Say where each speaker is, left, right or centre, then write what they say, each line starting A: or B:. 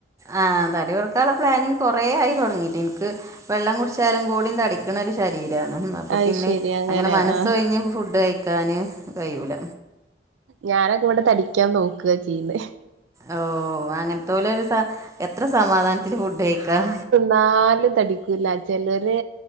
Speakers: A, on the right (about 15°); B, on the right (about 85°).
A: ആഹ് തടി കൊറക്കാനുള്ള പ്ലാനിങ് കുറെേ ആയി തുടങ്ങിയിട്ട് എനിക്ക് വെള്ളം കുടിച്ചാലും കൂടി അടിക്കണ ഒരു ശരീരമാണ് അപ്പൊ
B: അത്
A: പിന്നെ
B: ശരി
A: അങ്ങനെ മനസ്സ്
B: ആഹ്
A: ഒഴിഞ്ഞ് ഫുഡ് കഴിക്കാന് കയ്യൂല
B: ഞാനൊക്കെ ഇവിടെ തടിക്കാൻ നോക്കുക ചെയ്യുന്നത്
A: ഓ അങ്ങനത്തോലൊരു എത്ര സമാധാനത്തില് ഫുഡ് കഴിക്കാം
B: നാലും തടിക്കൂല്ല ചിലര്